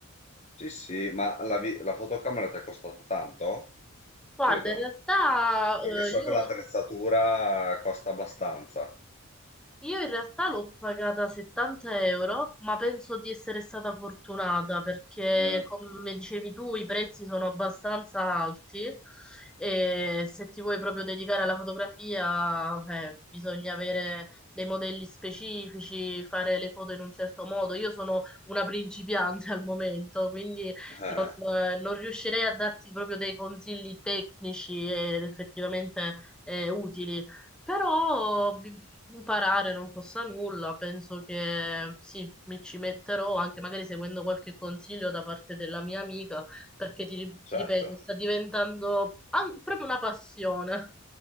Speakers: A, on the left (about 30°); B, in the centre.
A: Sì, sì, ma la, vi- la fotocamera ti è costata tanto?
B: Guarda,
A: Chiedo,
B: in realtà
A: perché
B: eh,
A: so
B: io
A: che l'attrezzatura costa abbastanza.
B: Io in realtà l'ho pagata 70 euro, ma penso di essere stata fortunata perché,
A: Mm,
B: come dicevi tu, i prezzi sono abbastanza alti e se ti vuoi proprio dedicare alla fotografia, eh, bisogna avere dei modelli specifici, fare le foto in un certo modo. Io sono una principiante al momento, quindi
A: eh,
B: eh, non riuscirei a darti proprio dei consigli tecnici ed effettivamente eh, utili, però bi- imparare non costa nulla, penso che sì, mi ci metterò anche magari seguendo qualche consiglio da parte della mia amica, perché ti, ri-
A: certo.
B: ti ripeto, sta diventando an- proprio una passione.